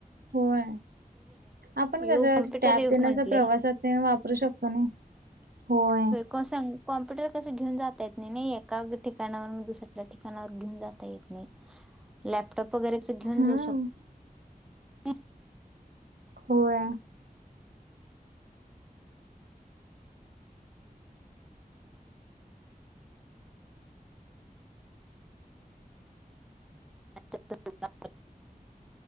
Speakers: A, on the right; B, in the centre.
A: होयं. आपणं कसं
B: युग कॉम्प्युटर
A: ते टॅब
B: युग
A: तेनं
B: म्हंटले
A: असं प्रवासांत तेन वापरूं शकतो नां. होयं.
B: कसं कॉम्प्युटर कसं घेऊन जातं येतं नाहीं, एकां ठिकाणांवरुन दुसऱ्यां ठिकाणांवर घेऊंन जांता येतं नाही. लॅपटॉप वगैरें कसं घेऊंन
A: हम्म
B: जाऊं शकतं तयं नी
A: होयं.
B: <unintelligible> <unintelligible>